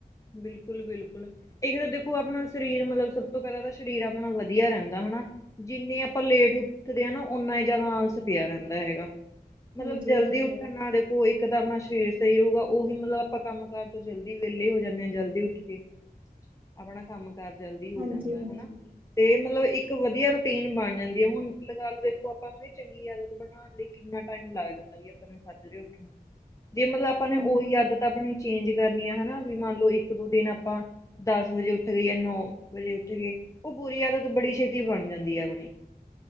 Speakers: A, on the left; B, on the right.
A: ਬਿਲਕੁਲ, ਬਿਲਕੁਲ। ਇੱਕ ਤਾਂ ਦੇਖੋ, ਆਪਣਾ ਸਰੀਰ ਮਤਲਬ ਸਭ ਤੋਂ ਪਹਿਲਾਂ ਤਾਂ ਸਰੀਰ ਆਪਣਾ ਵਧੀਆ ਰਹਿੰਦਾ ਹਨਾ। ਜਿੰਨੀ ਆਪਾਂ ਲੇਟ ਉਠਦੇ ਹਾਂ ਨਾ ਓਨਾ ਹੀ ਜ਼ਿਆਦਾ ਆਲਸ ਪਿਆ ਰਹਿੰਦਾ ਹੈਗਾ। ਮਤਲਬ
B: ਹਾਂਜੀ-ਹਾਂਜੀ,
A: ਜਲਦੀ ਉੱਠਣ ਨਾਲ ਉਹ ਇੱਕ ਤਾਂ ਆਪਣਾ ਸਰੀਰ ਸਹੀ ਰਹੇਗਾ, ਉਹੀ ਮਤਲਬ ਆਪਾਂ ਕੰਮ ਕਾਰ ਤੋਂ ਜਲਦੀ ਵਿਹਲੇ ਹੋ ਜਾ। ਜਲਦੀ ਉੱਠ ਕੇ ਆਪਣਾ ਕੰਮ ਕਾਰ ਜਲਦੀ ਹੋ
B: ਹਾਂਜੀ-ਹਾਂਜੀ,
A: ਜਾਂਦਾ ਹਨਾ। ਤੇ ਮਤਲਬ ਇੱਕ ਵਧੀਆ ਰੂਟੀਨ ਬਣ ਜਾਂਦੀ ਹੈ, ਹੁਣ ਲਗਾ ਲੋ ਦੇਖੋ ਆਪਾਂ ਨੂੰ ਇਹ ਚੰਗੀ ਆਦਤ ਬਣਾ ਕਿੰਨਾ ਟਾਈਮ ਲੱਗ ਜਾਂਦਾ, ਵੀ ਆਪਾਂ ਨੇ ਸੱਜ ਉੱਠਣਾ ਜੇ ਮਤਲਬ ਆਪ ਆਪਾਂ ਨੇ
B: ਹਾਂਜੀ।
A: ਉਹੀ ਆਦਤ ਆਪਣੀ ਚੇਂਜ ਕਰਨੀ ਆ ਹਨਾ ਵੀ ਮੰਨ ਲਓ ਇੱਕ ਦੋ ਦਿਨ ਆਪਾਂ ਦਸ ਵਜੇ ਉੱਠ ਗਏ, ਜਾਂ ਨੌ ਵਜੇ ਉੱਠ ਗਏ ਉਹ ਬੁਰੀ ਆਦਤ ਬੜੀ ਛੇਤੀ ਬਣ ਜਾਂਦੀ ਆ ਆਪਣੀ